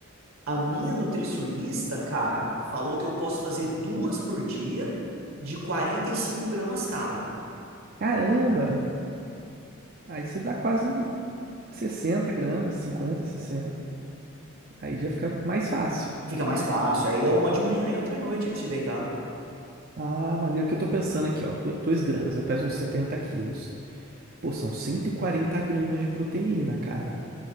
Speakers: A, on the right; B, on the right.
A: a minha nutricionista, cara, falou que eu posso fazer duas por dia de 45 gramas cada.
B: caramba! Aí você dá quase 60 gramas, 50, 60. Aí já fica mais fácil.
A: Fica mais fácil. Aí é uma de manhã e outra à noite antes de deitar.
B: Ah, maneiro que eu tô pensando aqui, ó. do- dois gramas, eu peso uns 70 quilos. Pô, são 140 gramas de proteína, cara.